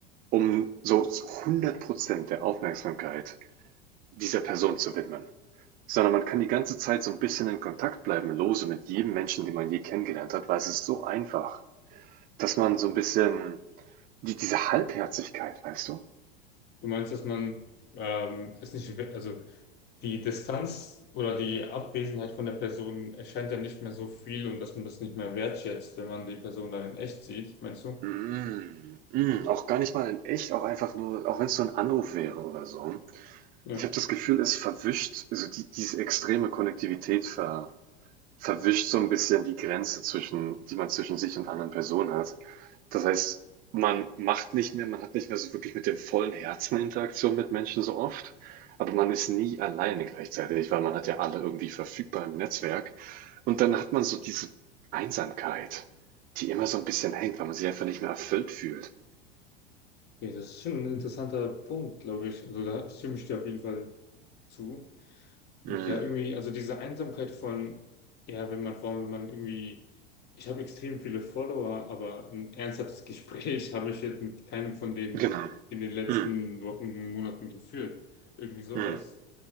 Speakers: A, on the right; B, on the left.
A: um so hundert Prozent der Aufmerksamkeit dieser Person zu widmen. Sondern man kann die ganze Zeit so ein bisschen in Kontakt bleiben, lose mit jedem Menschen, den man je kennengelernt hat, weil es ist so einfach, dass man so ein bisschen die, diese Halbherzigkeit, weißt du?
B: Du meinst, dass man ähm, es nicht, we- also die Distanz oder die Abwesenheit von der Person erscheint ja nicht mehr so viel und dass man das nicht mehr wertschätzt, wenn man die Person dann in echt sieht, meinst du?
A: Mm, mm, auch gar nicht mal in echt, auch einfach nur, auch wenn es so ein Anruf wäre oder so,
B: Ja.
A: Ich habe das Gefühl, es verwischt, also die, diese extreme Konnektivität ver, verwischt so ein bisschen die Grenze zwischen, die man zwischen sich und anderen Personen hat. Das heißt, man macht nicht mehr, man hat nicht mehr so wirklich mit dem vollen Herzen Interaktion mit Menschen so oft, aber man ist nie alleine gleichzeitig, weil man hat ja alle irgendwie verfügbar im Netzwerk. Und dann hat man so diese Einsamkeit, die immer so ein bisschen hängt, weil man sich einfach nicht mehr erfüllt fühlt.
B: Ja, das ist schon ein interessanter Punkt, glaube ich. Also da stimme ich dir auf jeden Fall zu. Und
A: Mm,
B: ja, irgendwie, also diese Einsamkeit von, ja, wenn man, vor allem, wenn man irgendwie, ich habe extrem viele Follower, aber ein ernsthaftes Gespräch <laughs> habe ich jetzt mit keinem von denen
A: genau.
B: in den letzten
A: Mm,
B: Wochen, Monaten geführt. Irgendwie sowas.
A: mm.